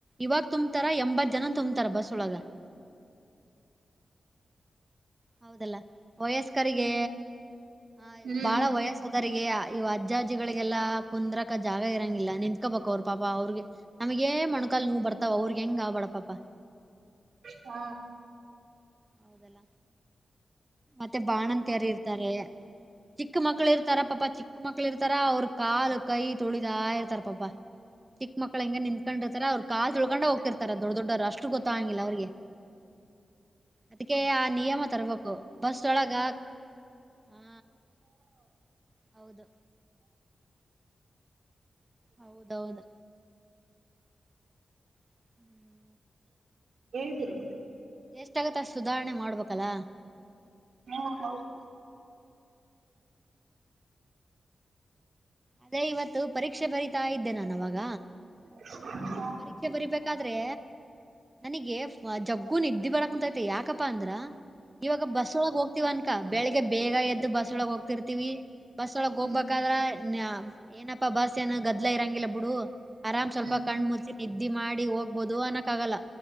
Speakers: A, on the right (about 15°); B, on the right (about 75°).
A: ಇವಾಗ ತುಂಬ್ತಾರ ಎಂಬತ್ ಜನ ತುಂಬ್ತಾರ ಬಸ್ ಒಳಗ ಹೌದಲ್ಲ ವಯಸ್ಕರಿಗೆ
B: ಹ್ಮ್
A: ಹಾ
B: ಹ್ಮ್
A: ಬಾಳ ವಯಸ್ಸದರಿಗೆ ಇವು ಅಜ್ಜ ಅಜ್ಜಿಗಳಿಗೆಲ್ಲ ಕುಂದ್ರಕ ಜಾಗ ಇರಂಗಿಲ್ಲ ನಿಂತ್ಕೋಬೇಕು ಅವ್ರ ಪಾಪಾ ಅವ್ರಿಗೆ ನಮಗೆ ಮೊಣಕಾಲ್ ನೋವು ಬರ್ತಾವ ಅವ್ರಿಗೆ ಹೆಂಗ ಆಗ್ಬೇಡ ಪಾಪ
B: ಹಾ
A: ಹೌದಲ್ಲ ಮತ್ತೆ ಬಾಣಂತೀಯಾರ್ ಇರ್ತಾರೆ ಚಿಕ್ಕ ಮಕ್ಕಳು ಮಕ್ಕಳ ಇರ್ತಾರ ಪಾಪ ಚಿಕ್ಕ ಮಕ್ಳು ಇರ್ತಾರ ಅವ್ರರು ಕಾಲು ಕೈ ತುಳಿದಾ ಇರ್ತಾರ ಪಾಪ ಚಿಕ್ಳ ಮಕ್ಳು ಹೆಂಗೆ ನಿತ್ಕೊಂಡಿರ್ತಾರ ಅವ್ ಕಾಲ್ ತುಳ್ಳ್ಕೊಂಡ ಹೋಗತೀತಾರೆ ದೊಡ್ ದೊಡ್ಡವರು ಅಷ್ಟ್ ಗೊತ್ತ ಆಂಗಿಲ್ಲ ಅವ್ರಿಗೆ ಅದಕ್ಕೆ ಆ ನಿಯಮ ತರ್ಬೇಕು ಬಸ್ ಒಳಗ ಹಾ ಹೌದು ಹೌದ್ ದೌದು <inaudible>
B: ಹೇಳ್ತೀನಿ
A: ಎಷ್ಟಾಗತ್ತ ಅಷ್ಟ ಸುಧಾರಣೆ ಮಾಡ್ಬೇಕಲ್ಲಾ
B: ಹುಂ ಹೌದು
A: ಅದೇ ಇವತ್ತು ಪರೀಕ್ಷೆ ಬರಿತಾ ಇದ್ದೆ ನಾನು ಅವಾಗ
B: <inaudible>
A: ಪರೀಕ್ಷೆ ಬರಿಬೇಕಾದ್ರೆ ನನಗೆ ಜಗ್ಗು ನಿದ್ದೆ ಬರಕಂತೈತಿ ಮ ಯಾಕಪ್ಪಾ ಅಂದ್ರ ಇವಾಗ ಬಸ್ ಒಳಗ್ ಹೋಗ್ತಿವ ಅನ್ಕಾ ಬೆಳಿಗ್ಗೆ ಬೇಗ ಎದ್ದು ಬಸ್ ಒಳಗ್ ಹೋಗ್ತಿರ್ತಿವಿ ಬಸ್ ಒಳಗ್ ಹೋಗ್
B: ಹ್ಮ್
A: ಬೇಕಾದ್ರ ಏನಪ್ಪಾ ಬಸ್ ಏನು ಗದ್ಲಾ ಇರಂಗಿಲ್ಲಾ ಬಿಡು ಆರಾಮ್ ಸ್ವಲ್ಪ
B: ಹ್ಮ್
A: ಕಣ್ ಮುಚ್ಚಿ ನಿದ್ದಿ ಮಾಡಿ ಹೋಗ್ಬೋದು ಅನ್ನಕ್ ಆಗಲ್ಲಾ